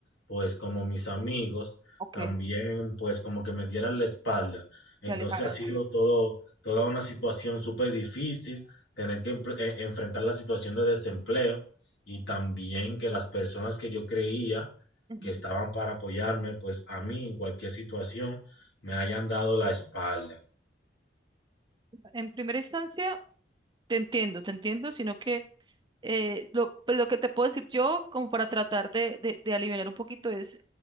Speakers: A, on the left (about 85°); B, on the right (about 25°).
A: pues como mis amigos
B: Ok,
A: también pues como que me dieran la espalda. Entonces
B: se alejara.
A: ha sido todo toda una situación súper difícil, tener que emple- eh, enfrentar la situación de desempleo y también que las personas que yo creía
B: Ujú.
A: que estaban para apoyarme, pues a mí en cualquier situación me hayan dado la espalda.
B: En primera instancia, te entiendo, te entiendo, sino que eh, lo, pues, lo que te puedo decir yo, como para tratar de, de, de aliviar un poquito, es